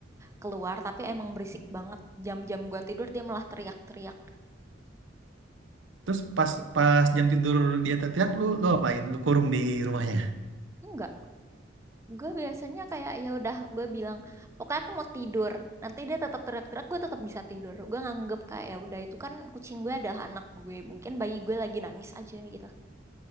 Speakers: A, on the right (about 15°); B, on the right (about 85°).
A: keluar. Tapi emang berisik banget. Jam-jam gue tidur dia malah teriak-teriak.
B: Terus pas pas jam tidur dia teriak, lu lu apain? Lu kurung di rumahnya.
A: Enggak. gue biasanya kayak ya udah gue bilang pokoknya aku mau tidur nanti dia tetap teriak-teriak gue tetap bisa tidur gue nganggep kayak ya udah itu kan kucing gue adalah anak gue mungkin bayi gue lagi nangis aja gitu